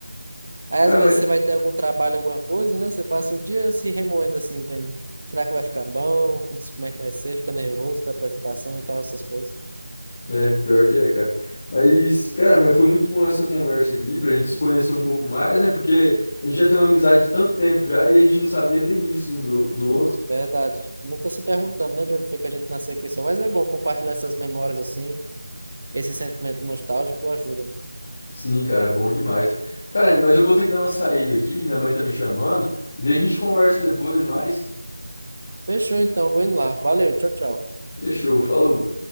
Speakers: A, on the right; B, on the left.
A: Aí
B: Cara,
A: às
B: mas
A: vezes você vai ter algum trabalho, alguma coisa, né? Você passa o dia se remoendo assim, vendo. Será que vai ficar bom? Como é que vai ser? Fica nervoso da apresentação e tal, essas coisas.
B: É, pior que é, cara. Mas, cara, mas foi muito bom essa conversa aqui, pra gente se conhecer um pouco mais, né? Porque a gente já tem uma amizade de tanto tempo já e a gente não sabia nem isso um do, do outro.
A: Verdade. Nunca se perguntamos, né, de onde foi que a gente nasceu e cresceu. Mas é bom compartilhar essas memórias assim, esse sentimento nostálgico ajuda.
B: Sim, cara, é bom demais. Cara, mas eu vou ter que dar uma saída aqui, minha mãe tá me chamando, e daí a gente conversa depois, mas
A: Fechou então, vou indo lá. Valeu, tchau, tchau.
B: fechou, falou.